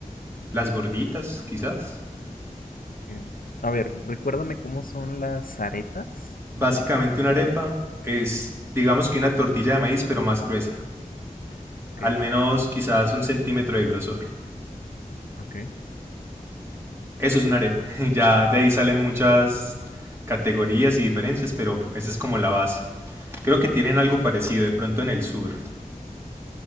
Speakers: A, on the right; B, on the left.
A: las gorditas, quizás.
B: Em, a ver, recuérdame cómo son las arepas.
A: Básicamente una arepa es, digamos que una tortilla de maíz, pero más gruesa. al
B: Ok,
A: menos quizás un centímetro de grosor.
B: ok.
A: Eso es una arepa. <laughs> Ya de ahí salen muchas categorías y diferencias, pero esa es como la base. Creo que tienen algo parecido de pronto en el sur.